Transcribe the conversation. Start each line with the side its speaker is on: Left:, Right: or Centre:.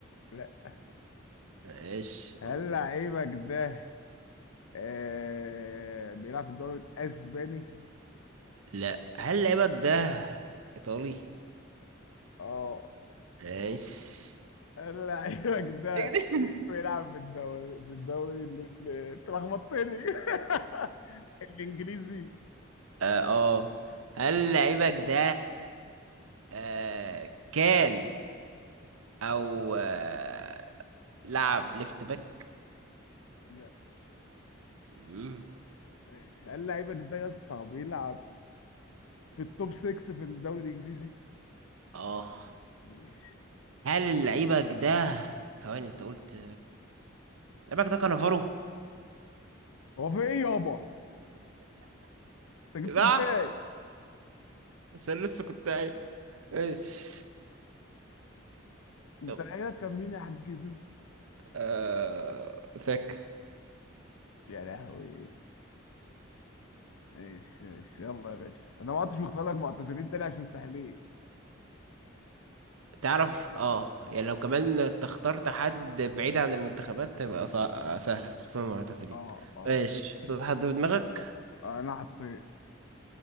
Left: لا
Right: ماشي يبقى
Left: هل
Right: مد-
Left: لعيبك ده آه بيلعب في الدوري الإسباني؟
Right: لا هل لعيبك ده ايطالي؟
Left: اه
Right: ماشي
Left: لعيبك ده
Right: <laughs>
Left: بيلعب في الدوري في الدوري اللي اللي- انت لخبطتني <laughs> الانجليزي
Right: اه آه. هل لعيبك ده آه كان او آه لعب ليفت باك؟
Left: لا
Right: مم.
Left: ماشي هل لعيبك ده يا اسطى بيلعب في التوب 6 في الدوري الانجليزي
Right: اه
Left: ماشي
Right: هل لعيبك ده ثواني انت قلت لعيبك ده كانافارو؟
Left: هو في ايه يابا انت
Right: صح
Left: جبته ازاي
Right: عشان لسه كنت قايل ايش
Left: انت
Right: يلا
Left: لعيبك كان مين يا حاج كده
Right: آه... ذاك
Left: يا لهوي ماشي ماشي يلا يا باشا انا ما عدتش مختار لك معتزلين تاني عشان سهلين
Right: تعرف اه يعني لو كمان انت اخترت حد بعيد عن المنتخبات تبقى صع... آه، سهل خصوصا المعتزلين
Left: اه
Right: ماشي ده حد في دماغك
Left: اه انا حطيت